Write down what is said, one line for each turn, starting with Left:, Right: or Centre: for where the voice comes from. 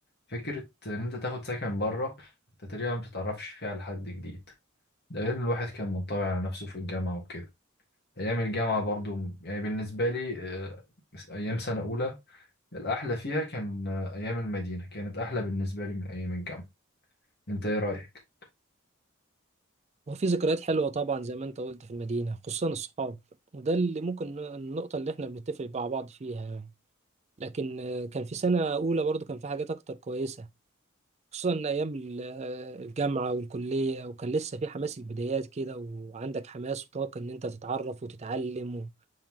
Left: فكرة إن أنت تاخد سكن بره أنت تقريبا ما بتتعرفش فيه على حد جديد ده غير إن الواحد كان منطوي على نفسه في الجامعة وكده أيام الجامعة برضو يعني بالنسبة لي آه، أيام سنة أولى الأحلى فيها كان آه، أيام المدينة كانت أحلى بالنسبة لي من أيام الجامعة أنت إيه رأيك؟
Right: وفي ذكريات حلوة طبعا زي ما انت قلت في المدينة خصوصا الصحاب وده اللي ممكن النقطة اللي احنا بنتفق مع بعض فيها يعني. لكن آه، كان في سنة أولى برضه كان في حاجات أكتر كويسة خصوصا إن ايام ال- الجامعه والكليه وكان لسه في حماس البدايات كده وعندك حماس وطاقه ان انت تتعرف وتتعلم و...